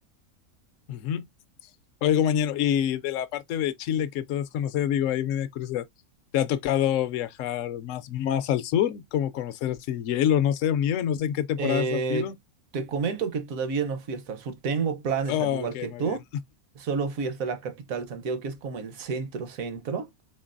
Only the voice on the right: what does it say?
Eh,
te comento que todavía no fui hasta el sur. Tengo planes,
al igual
que tú.
Solo fui hasta la capital, Santiago, que es como el centro centro.